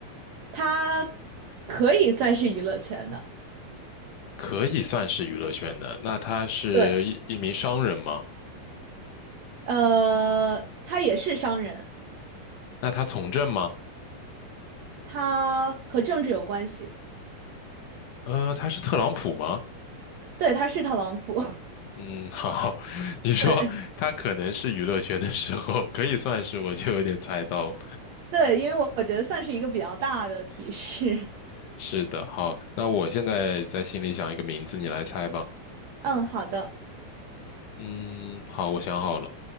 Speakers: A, on the right; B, on the left.
A: 他可以算是娱乐圈的，
B: 可以算是娱乐圈的。那他是一一名商人吗？
A: 对，呃，他也是商人。
B: 那他从政吗？
A: 他和政治有关系，
B: 呃，他是特朗普吗？
A: 对，他是特朗普，
B: 嗯，好，<laughs> 你说他可能是娱乐圈的时候，
A: <laughs> 对
B: 可以算是，我就有点猜到。
A: 对，因为我我觉得算是一个比较大的提示。
B: 是的，好，那我现在在心里想一个名字，你来猜吧。
A: <laughs> 嗯，好的，
B: 嗯，好，我想好了，